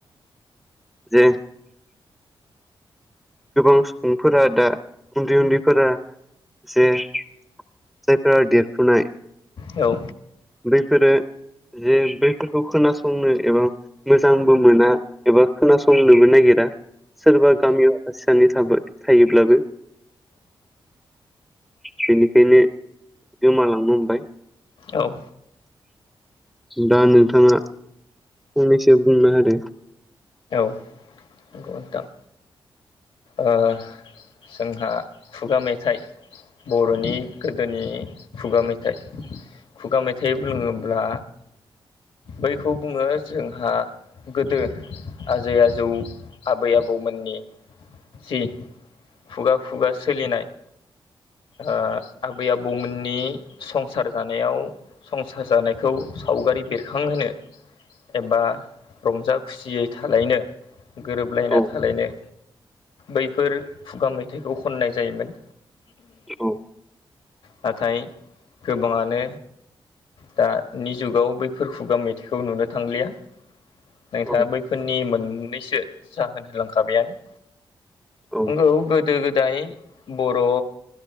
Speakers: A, in the centre; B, on the left (about 70°).
A: जे गोबां सुबुंफोरा दा उन्दै उन्दैफोरा जे जायफोरा देरफुनाय
B: औ
A: बेफोरो जे बैफोरखौ खोनासंनो एबा मोजांबो मोना एबा खोनासंनोबो नागिरा सोरबा गामियाव आसि सानै थ थायोब्लाबो बेनिखायनो गोमालांनो हमबाय
B: औ
A: दा नोंथाङा फंनैसो बुंनो होादो
B: ओ नोंथां ओ जोंहा खुगा मेथाइ बर'नि गोदोनि खुगा मेथाइ खुगा मेथाइ बुङोब्ला बैखौ बुङो जोंहा गोदो आजै आजौ आबै आबौमोननि जि खुगा खुगा सोलिनाय ओ आबै आ बौमोननि संसार जानायाव संसार जानायखौ सावगारि बेरखांहोनो एबा रंजा खुसियै थालायनो गोरोबलायना
A: औ
B: थालायनो बैफोर खुगा मेथाइखौ खननाय जायोमोन।
A: औ
B: नाथाय गोबाङानो दानि जुगाव बैफोर खुगा मेथाइखौ नुनो थांलिया नोंथाङा
A: औ
B: बैफोरनि मोननैसो जाहोन होलांखाबायानो
A: औ
B: नंगौ गोदो गोदाय बर'